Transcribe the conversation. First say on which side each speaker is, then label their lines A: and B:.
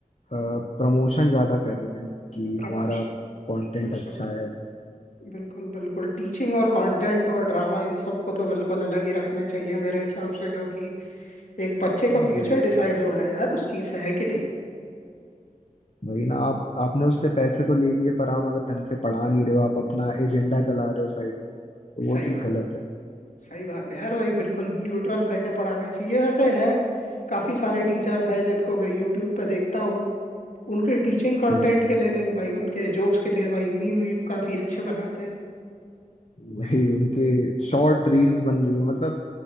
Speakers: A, on the left; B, on the left.
A: प्रमोशन ज्यादा कर रहे हैं कि
B: प्रमोशन
A: हमारा कंटेंट
B: बिल्कुल
A: अच्छा है
B: बिल्कुल बिल्कुल टीचिंग और कंटेंट और ड्रामा इन सब को तो बिल्कुल अलग ही रखना चाहिए मेरे हिसाब से क्योंकि एक बच्चे का फ्यूचर
A: वही
B: डिसाइड हो रहा है यार उस चीज से है कि नहीं
A: वही ना आप आपने उससे पैसे तो ले लिए पर आप अगर ढंग से पढ़ा नहीं रहे हो आप अपना एजेंडा चला रहे हो साइड में तो
B: सही
A: वो चीज
B: बात
A: गलत है
B: सही बात है यार वही बिल्कुल न्यूट्रल रह के पढ़ाना चाहिए वैसे है काफी सारे टीचर्स हैं जिनको मैं यूट्यूब पे देखता हूँ उनके टीचिंग कंटेंट
A: हम्म
B: के लिए नहीं भाई उनके जोक्स के लिए भाई मीम वीम काफी अच्छे बनाते हैं
A: वही उनके शॉर्ट रील्स बन रही है मतलब